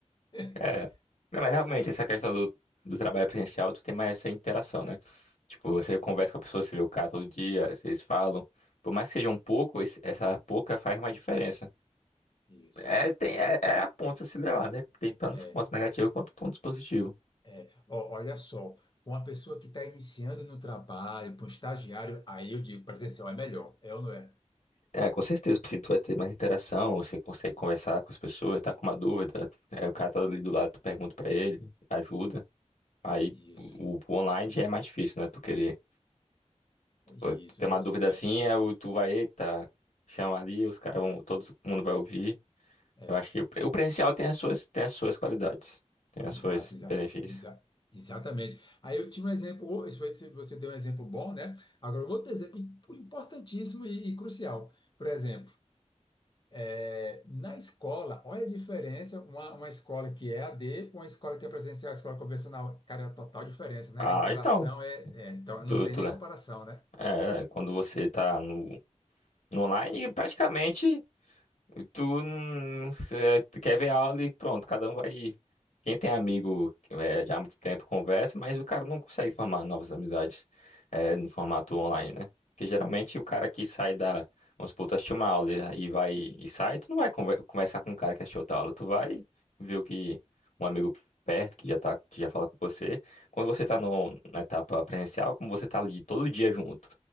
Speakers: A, on the left; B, on the left.
A: <laughs>
B: É, Não, mas
A: Cara,
B: realmente essa questão do, do trabalho presencial, tu tem mais essa interação, né? Tipo, você conversa com a pessoa, você vê o cara todo dia, vocês falam. Por mais que seja um pouco, esse- essa pouca faz uma diferença.
A: Isso.
B: É, tem, é, é a ponta a se levar, né? Tem tantos
A: É,
B: pontos negativos quanto pontos positivos.
A: é. Ó, olha só, para uma pessoa que está iniciando no trabalho, para um estagiário, aí eu digo, presencial é melhor, é ou não é?
B: É, com certeza, porque tu vai ter mais interação, você consegue conversar com as pessoas, tá com uma dúvida, é, o cara tá ali do lado, tu pergunta pra ele, ajuda. Aí
A: Isso.
B: o, o online já é mais difícil, né? Tu querer
A: Isso,
B: Pô, Tu tem uma
A: você,
B: dúvida
A: é,
B: assim, é o tu vai, eita, chama ali, os caras vão, todo mundo vai ouvir.
A: é,
B: Eu acho que o pre- o presencial tem as suas, tem as suas qualidades, tem as
A: exato,
B: suas
A: exato,
B: benefícios.
A: exato. Exatamente. Aí eu tinha um exemplo, ô, isso foi- se você deu um exemplo bom, né? Agora, um outro exemplo importantíssimo e, e crucial. Por exemplo, É, na escola, olha a diferença, uma, uma escola que é a D com uma escola que é presencial, escola convencional, cara, é a total diferença, né?
B: Ah,
A: A interação
B: então,
A: é, é, então não
B: tu,
A: tem
B: tu,
A: nem
B: né?
A: comparação, né?
B: é, é, quando você tá no, no online, praticamente. Tu não cê- tu quer ver aula e pronto, cada um vai. Quem tem amigo que é, já há muito tempo conversa, mas o cara não consegue formar novas amizades é, no formato online, né? Porque geralmente o cara que sai da. Vamos supor, tu assistiu uma aula e e vai e sai, tu não vai conver- conversar com o cara que assistiu outra aula, tu vai ver o que um amigo perto que já tá, que já fala com você. Quando você tá no, na etapa presencial, como você tá ali todo dia junto,